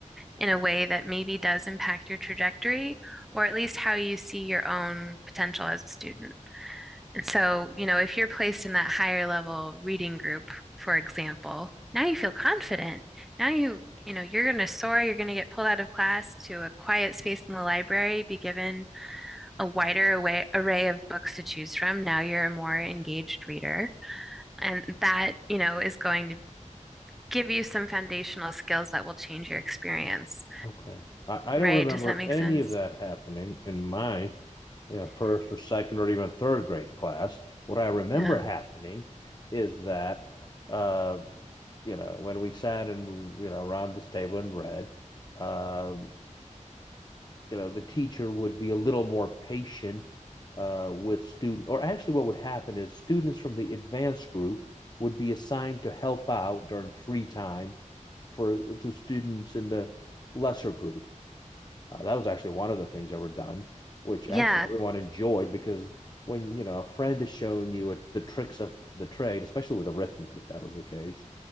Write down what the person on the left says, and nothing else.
Okay. I, I
don't remember
any
of that
happening in my you know, first or second or even third grade class. What I remember
happening is that, uh, you know, when we sat and, you know, around this table and read, uh, you know, the teacher would be a little more patient uh, with student, or actually what would happen is students from the advanced group would be assigned to help out during free time for to students in the lesser group uh, that was actually one of the things that were done, which
actually everyone enjoyed because when you know a friend is showing you a, the tricks of the trade, especially with arithmetic, that was the case.